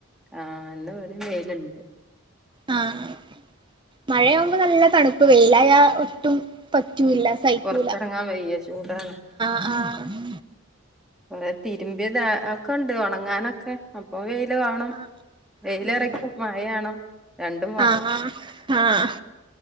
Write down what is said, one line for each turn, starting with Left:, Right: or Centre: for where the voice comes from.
Centre: ആഹ് ഇന്ന് വടേം വെയിലുണ്ട്
Right: ആഹ് മഴയാവ്മ്പ നല്ല തണുപ്പ് വെയിലായ ഒട്ടും പറ്റൂല്ല സഹിക്കൂല
Centre: പൊർത്തെർങ്ങാൻ വയ്യ ചൂടാണ്
Right: ആഹ്
Centre: കൊറെ തിരുമ്പിയത് ഒക്കെണ്ട് ഒണങ്ങാനൊക്കെ അപ്പൊ വെയില് വേണം.
Right: ആഹ്
Centre: വെയിലറേക്കും
Right: ഉം
Centre: മായയാണം രണ്ടും വേണം
Right: ആഹ് ആഹ്